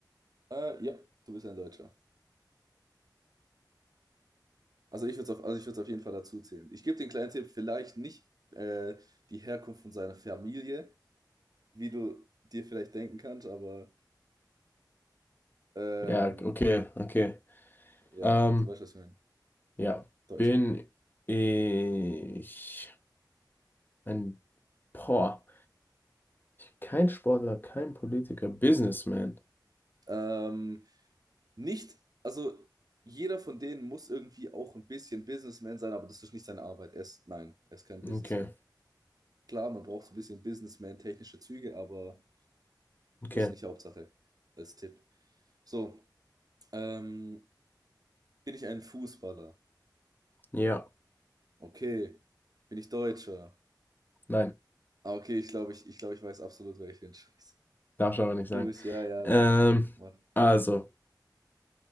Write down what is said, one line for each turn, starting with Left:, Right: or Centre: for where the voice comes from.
Right: Äh, ja, du bist ja ein Deutscher. Also ich würde es auf, also ich würde es auf jeden Fall dazu zählen. Ich gebe den kleinen Tipp, vielleicht nicht äh, die Herkunft von seiner Familie, wie du dir vielleicht denken kannst, aber ähm,
Left: Ja, okay, okay.
Right: ja,
Left: Ähm,
Right: du weißt, was ich meine.
Left: ja,
Right: Deutscher.
Left: bin ich ein, boah, kein Sportler, kein Politiker, Businessman.
Right: Ähm, nicht, also jeder von denen muss irgendwie auch ein bisschen Businessman sein, aber das ist nicht seine Arbeit. Er ist, nein, er ist kein Businessman.
Left: Okay,
Right: Klar, man braucht so ein bisschen Businessman-technische Züge, aber
Left: okay.
Right: ist nicht Hauptsache als Tipp. So, ähm, Bin ich ein Fußballer?
Left: Ja,
Right: Okay. Bin ich Deutscher?
Left: nein,
Right: Ah, okay, ich glaube, ich, ich, glaube, ich weiß absolut, wer ich bin. <laughs> Scheiße.
Left: darf ich aber nicht sagen.
Right: Du bist, ja, ja,
Left: Ähm,
Right: sag, sag, mach.
Left: also,